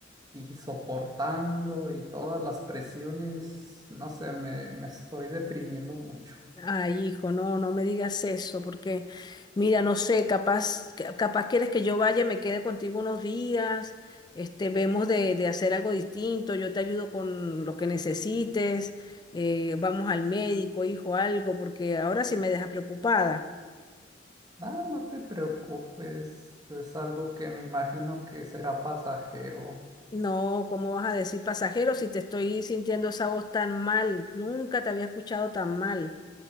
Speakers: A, on the right (about 20°); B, on the left (about 20°).
A: y soportando y todas las presiones, no sé, me, me estoy deprimiendo mucho.
B: Ay, hijo, no, no me digas eso, porque mira, no sé, capaz, ca- capaz quieres que yo vaya y me quede contigo unos días, este, vemos de, de hacer algo distinto, yo te ayudo con lo que necesites, eh, vamos al médico, hijo, algo, porque ahora sí me dejas preocupada.
A: Ah, no te preocupes, es algo que me imagino que será pasajero.
B: No, ¿cómo vas a decir pasajero si te estoy sintiendo esa voz tan mal? Nunca te había escuchado tan mal.